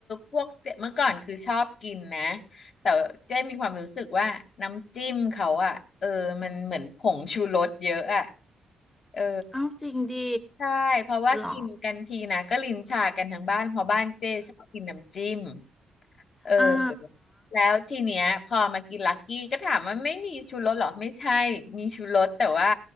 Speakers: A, on the left; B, on the left.
A: พวกเจ๊เมื่อก่อนคือชอบกินนะ แต่เจ๊มีความรู้สึกว่าน้ำจิ้มเขาอ่ะเออมันเหมือนผงชูรสเยอะอ่ะเออ
B: เอ้าจริงดิ
A: ใช่ เพราะว่ากินกันทีนะก็ลิ้นชากันทั้งบ้านเพราะบ้านเจ๊ชอบกินน้ำจิ้ม
B: หรอ
A: เออ
B: อ่า
A: แล้วทีเนี้ยพอมากินลักกี้ก็ถามว่าไม่มีชูรสเหรอไม่ใช่มีชูรสแต่ว่า